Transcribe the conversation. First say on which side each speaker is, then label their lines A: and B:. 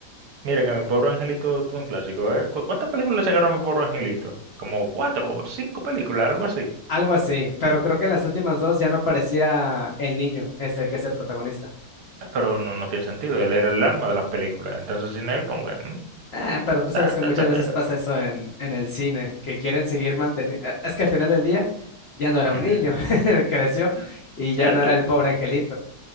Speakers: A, on the right; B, on the left.
A: Mira que mi pobre angelito tuvo un clásico, ¿eh? ¿Cu- ¿Cuántas películas sacaron mi pobre angelito? Como cuatro o cinco películas, algo así.
B: Algo así, pero creo que en las últimas dos ya no aparecía el niño, ese que es el protagonista.
A: Ah, Pero no, no tiene sentido, él era el alma de las películas. Entonces sin él, como que... mm,
B: Ah,
A: él-
B: pero tú
A: Está,
B: sabes
A: está,
B: que muchas
A: está feo.
B: veces pasa eso en, en el cine, que quieren seguir manteniendo... Es que al final del día ya no era un
A: Ujú.
B: niño, <laughs> creció
A: Mm,
B: y
A: Cierto,
B: ya no era el pobre angelito.